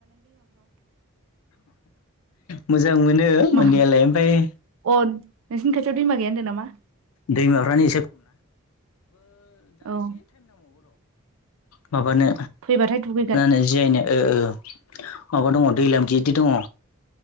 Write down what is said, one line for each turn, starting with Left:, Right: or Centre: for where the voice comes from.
Left: मोजां मोनो मोननायालाय
Right: मा
Left: ओमफ्राय
Right: अ नोंसिनि खाथियाव दैमा गैया होनदों नामा
Left: दैमाफ्रानो
Right: औ
Left: माबानो
Right: फैबाथाय दुगैगोन
Left: होनो जियायनो ओ ओ माबा दङ दैलाम गिदिर दङ